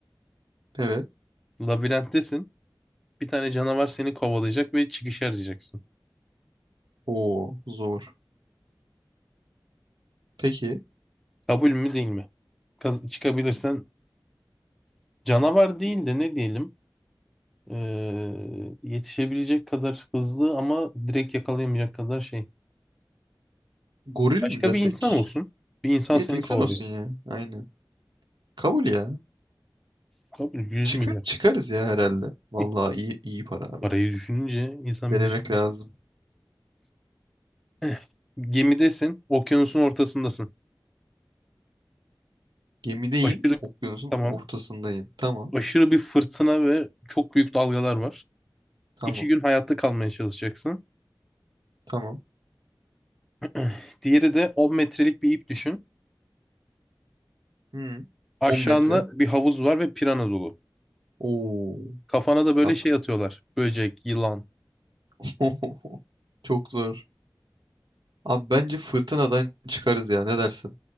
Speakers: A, on the right; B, in the centre.
A: Evet.
B: Labirenttesin. Bir tane canavar seni kovalayacak ve çıkışı arayacaksın.
A: Oo zor. Peki
B: Kabul mü değil mi? Kaz- çıkabilirsen canavar değil de ne diyelim? Ee, yetişebilecek kadar hızlı ama direkt yakalayamayacak kadar şey.
A: goril
B: Başka
A: mi desek?
B: bir insan olsun. Bir insan
A: Evet
B: seni
A: insan
B: kovalıyor.
A: olsun ya. Aynen. Kabul ya.
B: Kabul 100
A: Çıkar,
B: milyar.
A: çıkarız ya herhalde. Vallahi
B: <laughs>
A: iyi iyi para abi.
B: Parayı düşününce insan
A: Denemek
B: bir düşünüyor.
A: lazım.
B: Eh, Gemidesin. Okyanusun ortasındasın.
A: Gemideyim.
B: Aşırı
A: Okyanusun
B: tamam.
A: ortasındayım. Tamam.
B: aşırı bir fırtına ve çok büyük dalgalar var.
A: Tamam.
B: İki gün hayatta kalmaya çalışacaksın.
A: Tamam.
B: <clears throat> Diğeri de 10 metrelik bir ip düşün.
A: Hı.
B: Aşağında
A: 10 metre.
B: bir havuz var ve pirana dolu.
A: Oo.
B: Kafana da böyle
A: Yap.
B: şey atıyorlar. Böcek, yılan.
A: <laughs> Çok zor. Abi bence fırtınadan çıkarız ya. Ne dersin?